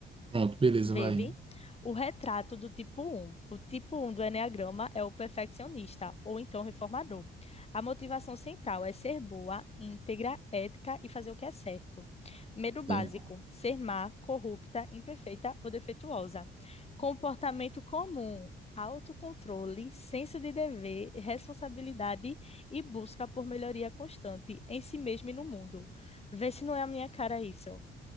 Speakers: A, on the right; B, on the left.
A: Pronto, beleza,
B: Vive.
A: vai.
B: O retrato do tipo um. O tipo um do eneagrama é o perfeccionista, ou então reformador. A motivação central é ser boa, íntegra, ética e fazer o que é certo. Medo básico,
A: É.
B: ser má, corrupta, imperfeita ou defeituosa. Comportamento comum, autocontrole, senso de dever, responsabilidade e busca por melhoria constante em si mesmo e no mundo. Vê se não é a minha cara isso.